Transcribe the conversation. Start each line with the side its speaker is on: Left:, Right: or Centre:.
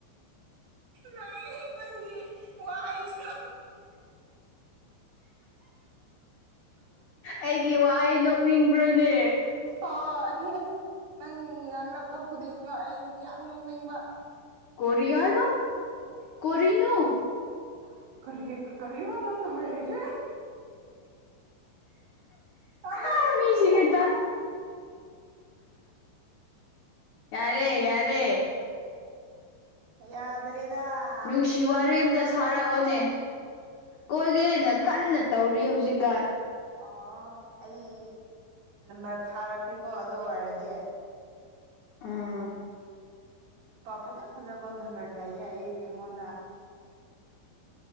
Right: ꯃ ꯍ ꯅꯪꯒꯤ ꯋꯥꯁꯨ
Left: ꯑꯩꯒꯤ ꯋꯥꯍꯩ ꯅꯣꯛꯅꯤꯡꯕ꯭ꯔꯣꯅꯦ
Right: ꯑꯣ ꯅꯪ ꯉꯂꯛꯄ ꯈꯨꯗꯤꯡꯗꯣ ꯑꯩ ꯌꯥꯝ ꯅꯣꯡꯅꯤꯡꯕ
Left: ꯀꯔꯤ ꯍꯥꯏꯕ ꯀꯅꯣ
Right: ꯀꯔꯤ ꯀꯔꯤꯅꯣ ꯅꯪꯅ ꯍꯥꯏꯔꯤꯁꯦ ꯀ ꯑꯗꯨꯃ
Left: ꯑꯥ
Right: ꯏꯗꯤ
Left: ꯃꯤꯁꯤꯡꯅ
Right: ꯅꯣꯛꯒꯅꯣ
Left: ꯌꯥꯔꯦ ꯌꯥꯔꯦ
Right: ꯌꯥꯗ꯭ꯔꯦꯗ
Left: ꯅꯨꯡꯁꯤ
Right: ꯅꯪꯁꯨ
Left: ꯋꯥꯔꯤ ꯑꯃꯝꯇ
Right: ꯅꯨꯄꯥ
Left: ꯁꯥꯔꯛꯑꯣꯅꯦ
Right: ꯀꯣꯏꯕ꯭ꯔꯥꯅꯦ
Left: ꯀꯣꯏꯒꯦꯅ ꯀꯟꯅ ꯇꯧꯔꯤ ꯍꯧꯖꯤꯛꯀꯥꯟ
Right: ꯑꯣ ꯑꯩ ꯅꯝꯕꯔ ꯊꯥꯔꯛꯀꯦꯀꯣ ꯑꯗꯨ ꯑꯣꯏꯔꯗꯤ
Left: ꯑꯥ
Right: ꯅꯨꯄꯥ ꯐꯖ ꯐꯖꯕ ꯅꯝꯕꯔ ꯂꯩꯌꯦ ꯑꯩ ꯑꯩꯉꯣꯟꯗ